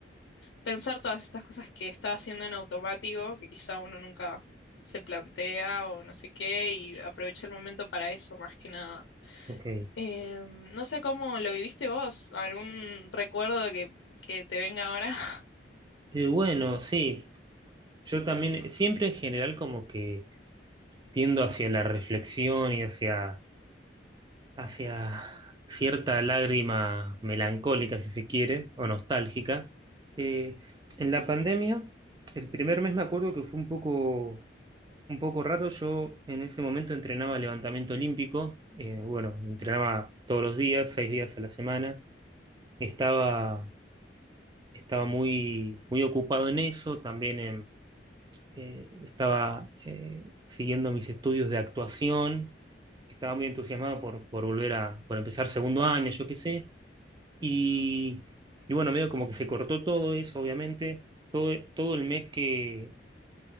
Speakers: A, on the left; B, on the right.
A: pensar todas estas cosas que estaba haciendo en automático, que quizá uno nunca se plantea o no sé qué, y aproveché el momento para eso más que nada.
B: ok.
A: Em, no sé cómo lo viviste vos, algún recuerdo que, que te venga ahora. <laughs>
B: Eh, bueno, sí, yo también, eh, siempre en general como que tiendo hacia la reflexión y hacia, hacia cierta lágrima melancólica, si se quiere, o nostálgica. Eh, en la pandemia, el primer mes me acuerdo que fue un poco, un poco raro. Yo en ese momento entrenaba levantamiento olímpico, eh, bueno, entrenaba todos los días, seis días a la semana. Estaba, estaba muy, muy ocupado en eso, también en- eh, estaba eh, siguiendo mis estudios de actuación estaba muy entusiasmado por, por volver a, por empezar segundo año, yo qué sé. Y, y bueno, medio como que se cortó todo eso, obviamente. Todo, todo el mes que